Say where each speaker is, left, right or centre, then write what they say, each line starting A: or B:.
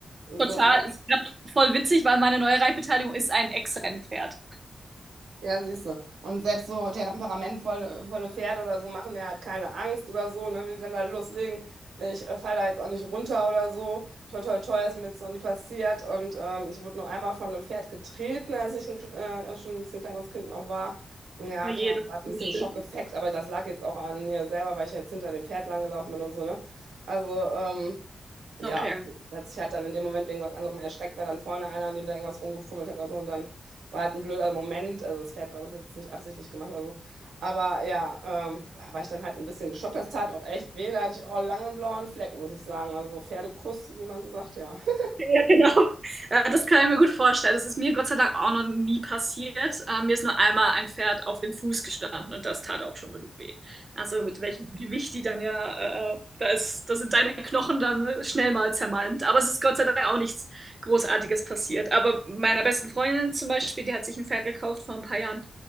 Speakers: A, on the right (about 85°); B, on the right (about 45°).
A: So,
B: total.
A: und-
B: Es Ist grad voll witzig, weil meine neue Reitbeteiligung ist ein Ex-Rennpferd.
A: ja, siehst du. Und selbst so temperamentvolle volle Pferde oder so machen mir halt keine Angst oder so, ne? Wenn die dann da loslegen, ich äh, falle da jetzt auch nicht runter oder so. Toi, toi, toi, ist mir jetzt noch nie passiert. Und ähm, ich wurde nur einmal von einem Pferd getreten, als ich ein, kle- äh, schon ein bisschen kleineres Kind noch war. Ja,
B: Na
A: klar,
B: je, das
A: das war ein
B: ist
A: bisschen
B: schön.
A: Schockeffekt, aber das lag jetzt auch an mir selber, weil ich jetzt hinter dem Pferd langgelaufen bin und so, ne? Also, ähm, Ja,
B: Okay.
A: hat sich halt dann in dem Moment wegen was anderem erschreckt, weil dann vorne einer, an dem da irgendwas rumgefummelt hat oder so und dann war halt ein blöder Moment, also das Pferd war das jetzt nicht absichtlich gemacht oder so, aber ja, ähm, da war ich dann halt ein bisschen geschockt, das tat auch echt weh, da hatte ich auch lange einen blauen Fleck, muss ich sagen, also so Pferdekuss, wie man so sagt, ja. <laughs>
B: <laughs> Ja, genau. Ja, das kann ich mir gut vorstellen. Das ist mir Gott sei Dank auch noch nie passiert. Ähm, mir ist nur einmal ein Pferd auf den Fuß gestanden und das tat auch schon genug weh. Also mit welchem Gewicht die dann ja, äh, äh, da ist, da sind deine Knochen dann ne, schnell mal zermalmt. Aber es ist Gott sei Dank auch nichts Großartiges passiert. Aber meiner besten Freundin zum Beispiel, die hat sich ein Pferd gekauft vor ein paar Jahren